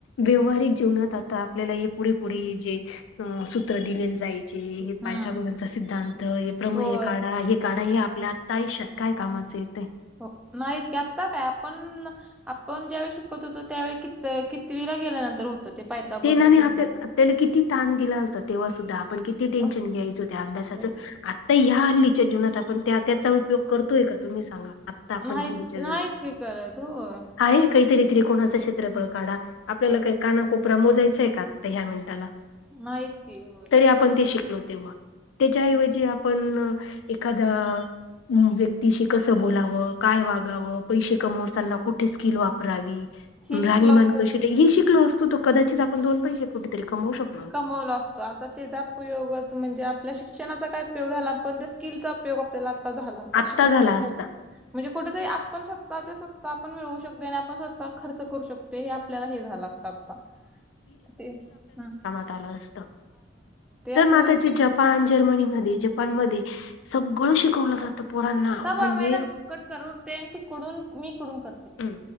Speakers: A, on the left (about 80°); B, in the centre.
A: व्यवहारिक जीवनात आता आपल्याला हे पुढे पुढे हे जे अ सूत्र दिलेले जाई. हे
B: हम्म
A: पायथागोरांचा सिद्धांत, हे प्रमेय
B: होय
A: काढा, हे काढा, हे आपल्या तायुष्यात काय कामाच येते.
B: हो नाहीच की आत्ता काय आपण आपण ज्यावेेळी शिकत होतो, त्यावेळी कित कितवीला गेल्यानंतर होत ते पायथागोरचा
A: तेीन आणि
B: सिद्धांत
A: ह त्याला किती ताण दिला होता तेव्हा सुद्धा आपण किती टेन्शन
B: अ,
A: घ्यायच होत्या अभ्यासाचं.
B: हो
A: आत्ता ह हल्लीच्या जीवनात आपण त्या त्याचा उपयोग करतोय का तुम्ही सांगा. आपण
B: माहिित
A: हल्लीच्या जीवनात.
B: माहत की करा त हो.
A: आहे काहीतरी त्रिकोणाचं क्षेत्रफळ काढा आपल्याला काही का? प्रमो जायचंय का आता ह्या मिनिटाला.
B: माहित की हो.
A: तरी आपण ते शिकलो तेव्हा त्याच्याऐवजी आपण एखादा. हं व्यक्तीशी कसं बोलावं काय वागावं पैसे कमवताना कुठे स्किल वापरावी.
B: हे शिकलो
A: राणी मान
B: असतो
A: कशी हे शिकल असतो तरो कदाचित आपण दोन पैसे कुठेतरी कमवू शक''--''
B: कमवल अस''--'' आता त्याचा उपयोगच म्हणजे आपल्या शिक्षणाचा काय उपयोग झाला पण त्या स्किलचा उपयोग आपल्याला. झाला असता
A: आत्ता
B: शिकून
A: झाला असता
B: काय. म्हणजे कुठेतरी आपण स्वतःच्या स्वतः आपण मिळवू शकोय आणि आपण स्वतः खर्च करू शक''--'' ते आपल्याला हे झालं असत आत्ता ते हा.
A: झालं असतं तर
B: आता
A: ना त्याचे
B: शि-
A: जप. पान जर्मनी मध्ये जपान म सगळं शिकवलं जातं. त पोरांना.
B: थांबा
A: म्हणजे
B: मॅडम कटकर करवते तिकडून मी इकडून करते.
A: हं.